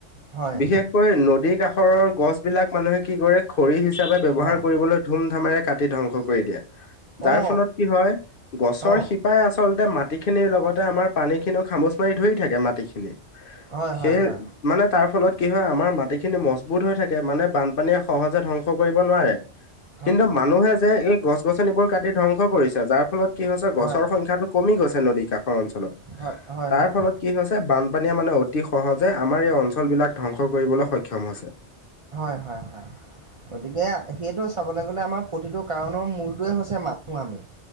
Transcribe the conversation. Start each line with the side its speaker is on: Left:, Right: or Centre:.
Right: হয়
Left: বিশেষকৈ নদীৰ কাষৰৰ গছ বিলাক মানুহে কি কৰে খৰি হিচাপে ব্যৱহাৰ
Right: অ
Left: কৰিবলৈ ধুম ধামেৰে কাটি ধ্বংস কৰি দিয়ে যাৰ
Right: অ
Left: ফলত কি হয়। গছৰ
Right: অ
Left: শিপাই আচলতে মাটি খিনিৰ লগতে আমাৰ পানী খিনিও খামুচ মাৰি ধৰি থাকে মাটিখিনি।
Right: হয়
Left: সেই
Right: হয় হয়
Left: মানে তাৰ ফলত কি হয় আমাৰ মাটিখিনি মজবুত হৈ থাকে মানে বানপানীয়ে সহজে ধ্বংস কৰিব নোৱাৰে।
Right: <inaudible>
Left: কিন্তু মানুহে যে এই গছ গছনিবোৰ কাটি ধ্বংস কৰিছে যাৰ ফলত কি হৈছে
Right: হয়
Left: গছৰ সং খ্যাটো কমি গৈছে নদী কাষৰ অঞ্চলত
Right: হয় হয়
Left: তাৰ
Right: হয়
Left: ফলত কি হৈ ছে বানপানীয়ে মানে অতি সহজে আমাৰ এই অঞ্চল বিলাক ধ্বংস কৰিবলৈ সক্ষম হৈছে।
Right: হয় হয় হয় গতিকে সেইটো চাবলৈ গ'লে আমাৰ প্ৰতিটো কাৰণৰ মূলটোৱে হৈছে মা নুহে আমি